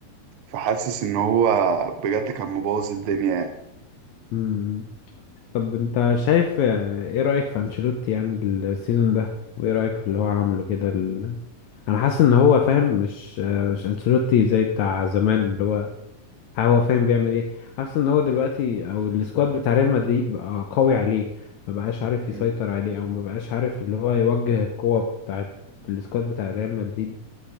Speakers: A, on the right (about 70°); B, on the left (about 70°).
A: فحاسس ان هو بجد كان مبوظ الدنيا يعني
B: امم طب انت شايف اه، ايه رأيك في انشيلوتي يعني السيزون ده وايه رأيك في اللي هو عامله كده ال... انا حاسس ان هو فاهم مش اه، مش انشيلوتي زي بتاع زمان اللي هو هو فاهم بيعمل ايه حاسس ان هو دلوقتي او السكواد بتاع ريال مدريد بقى قوي عليه ما بقاش عارف
A: مم.
B: يسيطر عليه او ما بقاش عارف اللي هو يوجه القوة بتاعت السكواد بتاع ريال مدريد